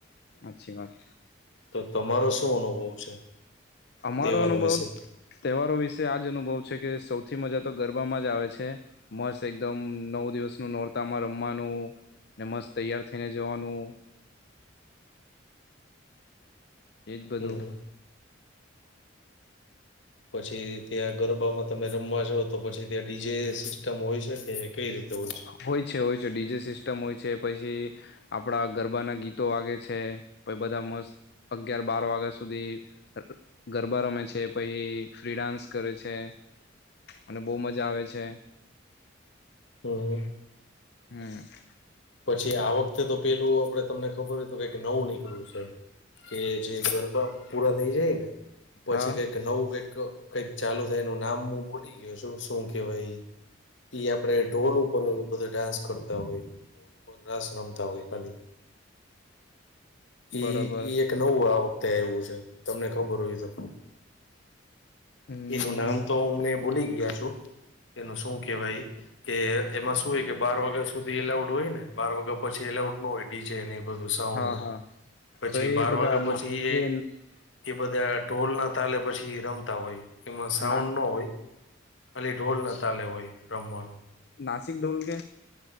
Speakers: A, on the left; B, on the left.
A: અચછી વાત.
B: તો તમારો શું અનુભવ છે.
A: અમારો
B: તહેવારો
A: અનુભવ.
B: વિશે
A: તહેવારો વિશે આજ અનુભવ છે કે સૌથી મજા તો ગરબામાં જ આવે છે. મસ્ત એકદમ નવ દિવસ ન નોરતામાં રમવાનું. ને મસ્ત તૈયાર થઈને જવાનું. એક બધું.
B: હમ પછી ત્યાં ગરબામાં તમે રમવા છો. તો પછી ત્યાં ડીજે સિસ્ટમ હોય છે તે કઈ રીતે હોય. છે?
A: હોય છે હોય છે ડીજે સિસ્ટમ હોય છે પછી. આપણા ગરબાના ગીતો વાગે છે પ બધા મસ્ત અગિયાર બાર વાગ્યા સુધી. ગરબા રમે છે પછ ફ્રી ડાન્સ કરે છે. અને બહુ મજા આવે છે.
B: હમ હ.
A: હમ.
B: પછી આ વખતે તો પેલું આપણે તમને ખબર હતું કઈ નવું નીકળું છે. કે જે ગરબા પૂરા થઈ જાય ને પછી
A: હા
B: કઈક. નવું કઈક કંઈક ચાલુ થાય ન નામ હું બોલી ગયો છું શું કેવાય. એી આપડે ડ્રોન ઉપર બધા ડાન્સ કરતા હોય. ઢોલ ઉપર રાસ રમતા હોય ખાલી.
A: બરાબર
B: એ એક નવું આ વખતે આવવું છે તમને ખબર હોય તો.
A: હમ
B: એનું નામ તો હ અમને ભૂલી ગયા છું. એનું શું કેવાય કે એમાં શુંય કે બાર વગ. સુધી એલાઉટ હોય ને બાર વાગ્યા પછી એઉટ ન હોય ડીે. સાઉ
A: હા હા
B: પછી
A: તો એ
B: બાર
A: બધા
B: વાગ્યા પછી
A: ના એ
B: એ બધા ઢોલ ના. તલે પછી રમતા હોય. એમાં સાઉન્ડ
A: ના
B: ન હોય ખાલી ઢોલ ન ચાલે હોય રમવાનું.
A: નાાસિક ઢોલગ.